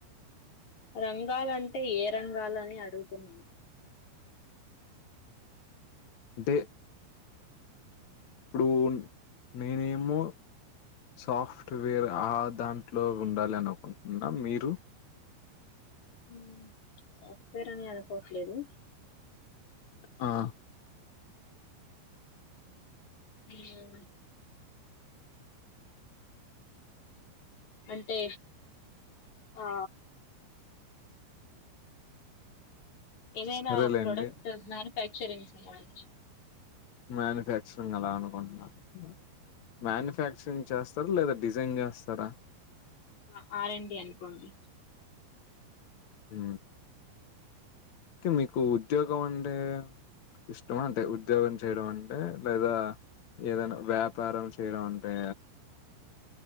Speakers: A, on the left; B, on the left.
A: రంగాలు అంటే ఏ రంగాలు అని అడుగుతున్నా
B: దే ఇప్పుడు నేనేమో సాఫ్ట్వేర్ ఆ దాంట్లో ఉండాలి అనుకుంటున్న. మీరు?
A: మ్ సాఫ్ట్వేర్ అని అన్ కోట్లేదు
B: ఆ
A: మఉమ్ అంటే ఆ ఏదైనా
B: సరేలేండి
A: ప్రొడక్ట్ నాని ఫ్యాక్చరింగ్ సంబంధించి
B: మ్యానుఫ్యాక్చరింగ్ అలా అనుకుంటునరు. మ్యానుఫ్యాక్చరింగ్ చేస్తర, లేదా డిజైన్ చేస్తరా?
A: ఆ ఆరండి అనుకోండి
B: హు కే మీకు ఉద్యోగం అంటే ఇష్టమా, అంటే ఉద్యోగం చేయడం అంటే, లేదా ఏదైనా వ్యాపారం చేయడం అంటే